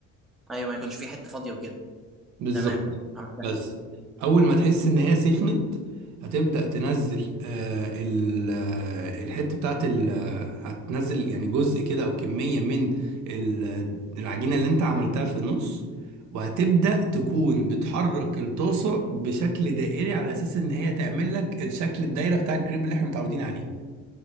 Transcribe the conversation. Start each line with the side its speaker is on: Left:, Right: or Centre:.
Centre: ايوه ما يكونش في حته فاضيه وكده
Right: بالظبط
Centre: تمام عملتها
Right: بس اول ما تحس ان هي سخنت هتبدأ تنزل آه ال- آه، الحته بتاعت ال- آه، هتنزل يعني جزء كده او كميه من ال- العجينه اللي انت عملتها في النص وهتبدأ تكون بتحرك الطاسه بشكل دائري على اساس ان هي تعمل لك الشكل الدايره بتاع الكريب اللي احنا متعودين عليه